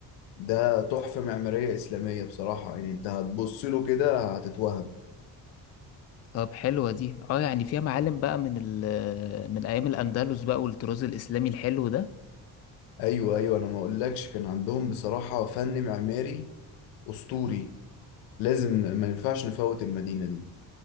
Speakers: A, on the left; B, on the left.
A: ده تحفة معمارية إسلامية بصراحة يعني أنت هتبص له كده هتتوهم
B: طب حلوة دي اه يعني فيها معالم بقى من ال من ايام الاندلس بقى والطراز الاسلامي الحلو ده
A: أيوه أيوه أنا ما أقولكش كان عندهم بصراحة فن معماري أسطوري لازم ما ينفعش نفوت المدينة دي